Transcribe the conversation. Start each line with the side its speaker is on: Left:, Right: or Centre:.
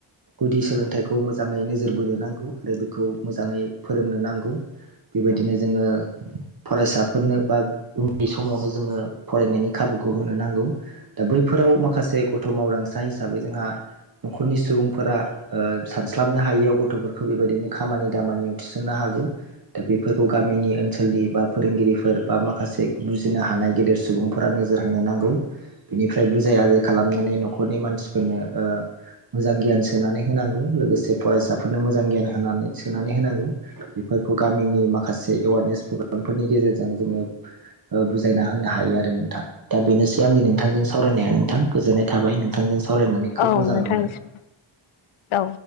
Right: गुदि सोलोंथाइखौ मोजाङै नोजोर बोनो नांगौ आरो बेखौ मोजाङै फोरोंनो नांगौ बेबायदिनो जोङो फरायसाफोरनो बा उन्दैनि समावनो जोङो फरायनायनि खाबुखौ होनो नांगौ। दा बैफोराव माखासे गथ' मावदांसा हिसाबै जोंहा न'खरनि सुबुंफोरा सानस्लाबनो हायियाव गथ'फोर बेबायदिनो खामानि दामानियाव थिसननो हागौ दा बेफोर खौ गामिनि ओनसोलनि बा फोरोंगिरिफोर बा माखासे बुजिनो हानाय गेदेर सुबुंफोरा नोजोर होनो नांगौ। बिनिफ्राय बुजाय आजाय खालामनानै न'खरनि मानसिफोरनो ओ मोजां गियान सोनानै होनांगौ लोगोसे फरायसाफोरनो मोजां गियान होनानै सोनानै होनांगौ बेफोरखौ गामिनि माखासे एवारनेस पग्रामफोरनि गेजेरजों जोङो बुजायना होनो हायो आरो नोंथां दा बेनोसै आंनि नोंथांजों सावरायनाया नोंथां गोजोननाय थाबाय नोंथांजों सावरायनानै खोब
Left: औ
Right: मोजां
Left: नोंथांनिसिम
Right: मोनदों।
Left: औ।